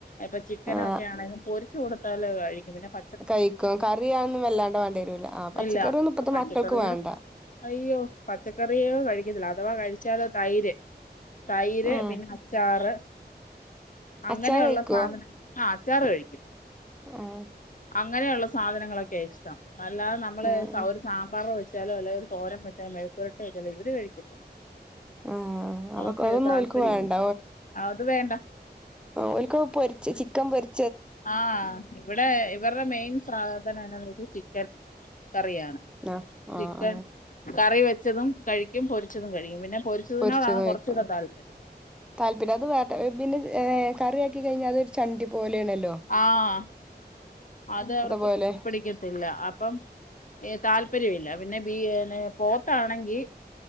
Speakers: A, on the left (about 50°); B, in the centre.
A: ഇപ്പൊ ചിക്കനൊക്കെ
B: ആഹ്
A: ആണെങ്കിലും പൊരിച്ച് കൊടുത്താൽ കഴിക്കും. പിന്നെ പ
B: കഴിക്കും കറിയാന്നും വല്ലാണ്ട് വേണ്ടി വരൂലആ പച്ചക്കറിയൊന്നും
A: ഇല്ല
B: ഇപ്പത്ത
A: പച്ചക്കറിയോട്
B: മക്കൾക്ക് വേണ്ട.
A: അയ്യോ പച്ചക്കറിയോ കഴിക്കത്തില്ല അഥവാ കഴിച്ചാലൊ തൈര് തൈര്
B: ആഹ്
A: പിന്നെ അച്ചാറ് അങ്ങനെയുള്ള
B: അച്ചാറ് കഴിക്കോ
A: സാധനം ആഹ്‌ അച്ചാറ് കഴിക്കും.
B: ആഹ്‌
A: അങ്ങനെയുള്ള സാധനങ്ങളൊക്കെ ഇഷ്ടം അല്ലാതെ നമ്മള്
B: ആഹ്
A: സ സാമ്പാർ വെച്ചാലോ അല്ലെ ഒരു തോരം വെച്ചാലും മെഴക്കുപുരട്ടി വെച്ചാലോ ഇവര് കഴിക്കത്തില്ല.
B: ആഹ്
A: അവർക്ക്
B: അതൊക്കെ അതൊന്നും
A: താല്പര്യല്ല
B: ഓൽക്ക് വേണ്ട
A: അത് വേണ്ട.
B: ഓൽക്കൊക്കെ പൊര് ചിക്കൻ പൊര്
A: ആഹ്‌ ഇവിടെ ഇവരുടെ മെയിൻ സാധനാണത് ചിക്കൻ. കറിയാണ്.
B: ആഹ്‌
A: ചിക്കൻ
B: ആഹ്‌.
A: കറി വെച്ചതും കഴിക്കും പൊരിച്ചതും കഴിക്കും പിന്നെ. പൊരിച്ചതിനോടാണ്
B: പൊര്ച്ചതും
A: കുറച്ചുകൂടെ
B: കയ്ക്കും.
A: താല്പര്യം
B: താല്പര്യം അത് <unintelligible> പിന്നെ കറിയാക്കി കഴിഞ്ഞാൽ അതൊരു ചണ്ടി പോലെണല്ലോ
A: ആഹ്‌ അത് അവർക്ക്
B: പോലെ
A: പിടിക്കത്തില്ല. അപ്പം താല്പര്യല്ല പിന്നെ ബീ പോത്താണെങ്കി.